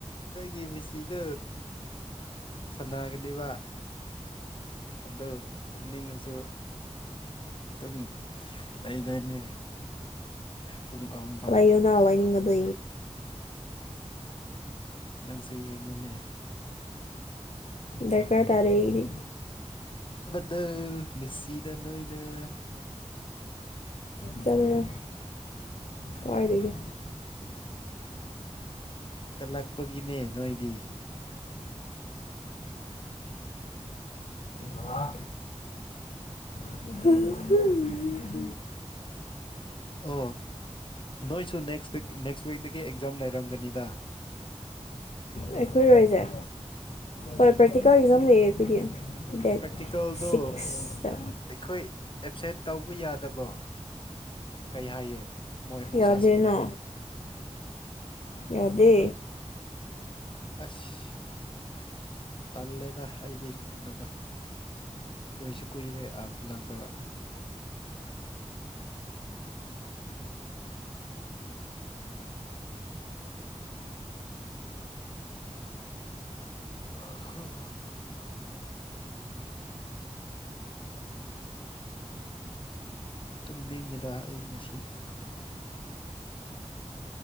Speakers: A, on the left; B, on the left.
A: ꯀꯩꯒꯤ ꯃꯦꯆꯤꯗꯨ ꯁꯅꯒꯅꯦꯕ ꯑꯗꯣ ꯇꯅꯤꯡꯅꯁꯨ ꯑꯗꯨꯝ ꯂꯩꯗꯣꯏꯅꯦ ꯄꯨꯡ ꯑꯍꯨꯝ ꯐꯥꯎ
B: ꯌꯣ ꯅꯣ ꯅꯤꯡꯉ ꯑꯗ
A: ꯅꯪꯁꯨ ꯌꯦꯡꯉꯨꯅꯦ
B: ꯗꯀꯥ ꯇꯥꯔꯩꯒꯗꯤ
A: ꯑ ꯑꯗꯨ ꯃꯦꯁꯤꯗ ꯅꯣꯏꯅ
B: ꯆꯠꯂ ꯀꯥꯏꯔꯤꯗꯒꯤ
A: ꯀꯜꯂꯛꯄꯒꯤꯅꯦ ꯅꯣꯏꯗꯤ
B: ꯑ <unintelligible>
A: ꯑꯣ ꯅꯣꯏꯁꯨ ꯅꯦꯛꯁ ꯅꯦꯛꯁ ꯋꯤꯛꯇꯒꯤ ꯑꯦꯛꯖꯥꯝ ꯂꯩꯔꯝꯒꯅꯤꯗ
B: ꯑꯩꯈꯣꯏꯔꯣꯏꯁꯦ ꯍꯣꯏ ꯄ꯭ꯔꯦꯛꯇꯤꯀꯦꯜ ꯑꯦꯛꯖꯥꯝ ꯂꯩꯌꯦ ꯑꯩꯈꯣꯏꯗꯤ ꯗꯦꯠ
A: ꯄ꯭ꯔꯦꯛꯇꯤꯀꯦꯜꯗꯣ
B: ꯁꯤꯛꯁꯇ
A: ꯑꯩꯈꯣꯏ ꯑꯦꯞꯁꯦꯟ ꯇꯧꯕ ꯌꯥꯗꯕꯣ ꯀꯩ ꯍꯥꯏꯌꯦ ꯃꯣꯏ ꯑꯣꯖꯥꯁꯤꯡꯅ
B: ꯌꯥꯗꯦꯅꯣ ꯌꯥꯗꯦ
A: ꯑꯁ ꯇꯜꯂꯦꯗ ꯑꯩꯗꯤ ꯆꯠꯅꯕ ꯀꯨꯏꯁꯨ ꯀꯨꯏꯔꯦ ꯑꯥꯗ ꯂꯥꯛꯇꯕ ꯍꯝ ꯇꯨꯝꯅꯤꯡꯉꯤꯗ ꯑꯩ ꯉꯁꯤ